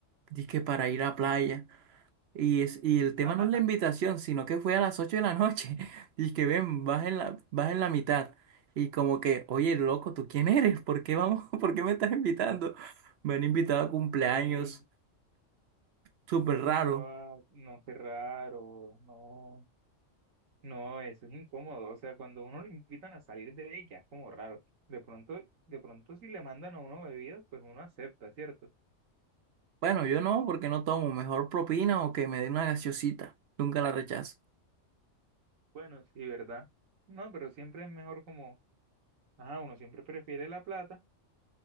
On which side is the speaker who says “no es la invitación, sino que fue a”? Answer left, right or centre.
Right